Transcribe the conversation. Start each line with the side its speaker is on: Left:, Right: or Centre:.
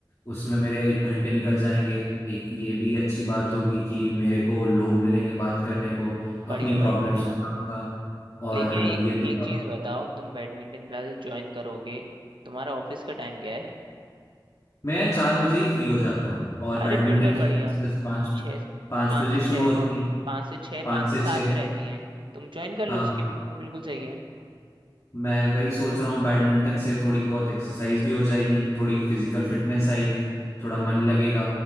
Left: उसमें मेरे एक घंटे निकल जाएंगे एक ये भी अच्छी बात होगी कि मेरे को लोग मिलेंगे बात करने को
Right: बढ़िया
Left: अपनी
Right: भाई
Left: प्रॉब्लम्स
Right: बढ़िया
Left: बताऊंगा और
Right: लेकिन एक
Left: ये ब-
Right: एक चीज बताओ तुम बैडमिंटन क्लासेस ज्वाइन करोगे तुम्हारा ऑफिस का टाइम क्या है
Left: मैं चार बजे ही फ्री हो जाता हूँ और
Right: अरे
Left: बैडमिंटन
Right: फिर तो
Left: की
Right: बढ़िया
Left: क्लासेस पाँच
Right: छः
Left: पाँच
Right: पाँच
Left: बजे
Right: से
Left: शुरू
Right: छः
Left: होती हैं
Right: पाँच से छः
Left: पाँच
Right: पाँच से
Left: से
Right: सात
Left: छः
Right: रहती हैं तुम ज्वाइन कर लो
Left: हाँ
Right: उसके बीच में बिल्कुल सही है
Left: मैं वही सोच रहा हूँ बैडमिंटन से थोड़ी बहुत एक्सरसाइज भी हो जाएगी थोड़ी फिजिकल फिटनेस आएगी थोड़ा मन लगेगा